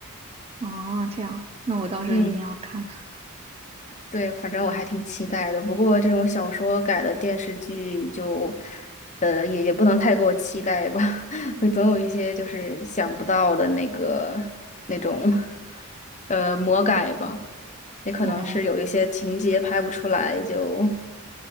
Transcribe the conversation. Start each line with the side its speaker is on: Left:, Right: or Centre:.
Right: 哦这样，那我到时候一定要看。
Left: 嗯，对，反正我还挺期待的。不过这种小说改的电视剧就，呃，也也不能太过期待吧，<laughs> 会总有一些就是想不到的那个那种，呃，魔改吧。也可能是有一些情节拍不出来，
Right: 嗯，
Left: 就，